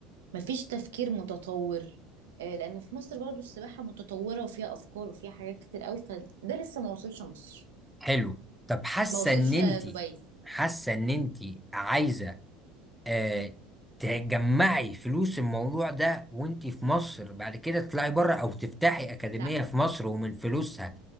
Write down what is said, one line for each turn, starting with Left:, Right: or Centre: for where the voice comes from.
Right: مفيش تفكير متطور آه، لان في مصر برضو السباحه متطوره وفيها افكار وفيها حاجات كتير قوي فده لسه ما وصلش مصر
Centre: حلو طب حاسه
Right: ما وصلش
Centre: ان انت
Right: دبي
Centre: حاسه ان انت عايزه آه تجمعي فلوس الموضوع ده وانت في مصر بعد كده تطلعي بره او تفتحي اكاديميه
Right: لا
Centre: في مصر ومن فلوسها